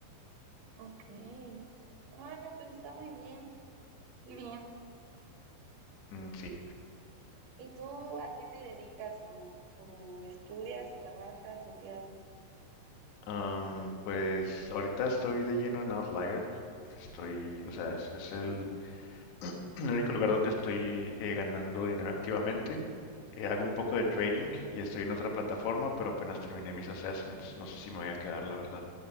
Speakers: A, on the right; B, on the left.
A: Ok. Bueno, pues está muy bien. Qué bien.
B: Mm, sí.
A: ¿Y tú a qué te dedicas o, o estudias, trabajas o qué haces?
B: Am, pues ahorita estoy de lleno en Outlier. Estoy, o sea, es, es el, <clears throat> el único lugar donde estoy eh, ganando dinero activamente. Eh, hago un poco de trading y estoy en otra plataforma, pero apenas terminé mis assessments. No sé si me voy a quedar, la verdad.